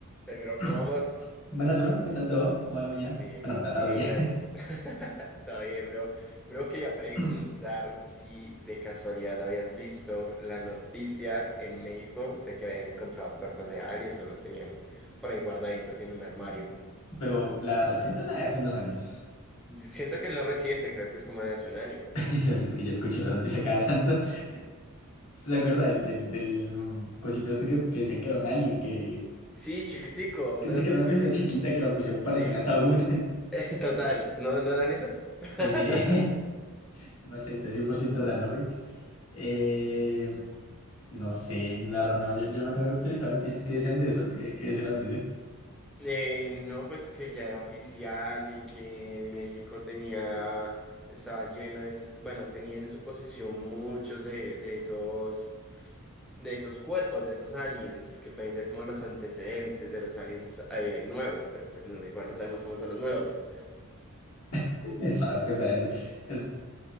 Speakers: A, in the centre; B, on the left (about 75°).
A: Hey, bro,
B: <clears throat>
A: ¿cómo vamos?
B: Buenas, bro. ¿Qué tal todo? ¿Cómo va la mañana?
A: Bien,
B: Bueno, la tarde
A: bien,
B: ya.
A: gracias. <laughs> Está bien, bro. Bro, quería preguntar
B: <clears throat>
A: si de casualidad habías visto la noticia en México de que habían encontrado cuerpos de aliens o los tenían por ahí guardaditos en un armario.
B: Pero la reciente o la de hace unos años.
A: Siento que es la reciente, creo que es como de hace un año.
B: <laughs> Ya sabes que yo escucho esa noticia cada tanto. ¿Sí ¿Se acuerda del, del, del mm, cosito este que, que decía que era un alien? Que,
A: Sí, chiquitico, unas
B: que sí, que era
A: cositas.
B: una cosita chiquita que la pusieron,
A: Sí,
B: parecía un ataúd. <laughs>
A: <laughs> total. ¿No, no eran esas? <laughs>
B: Eh, <laughs> Marcelita, 100% real, no fake. Eh, no sé, la verdad no. Yo, yo me tengo que actualizar noticias que decían de eso, que, que decía la noticia.
A: Eh, no, pues que ya era oficial y que México tenía, estaba lleno de, esos- bueno, tenía en su posesión muchos de, de esos, de esos cuerpos, de esos aliens, que pueden ser como los antecedentes de los aliens eh, nuevos, pero pues no, igual no sabemos cómo son los nuevos.
B: <laughs> Es raro pensar en eso. Es,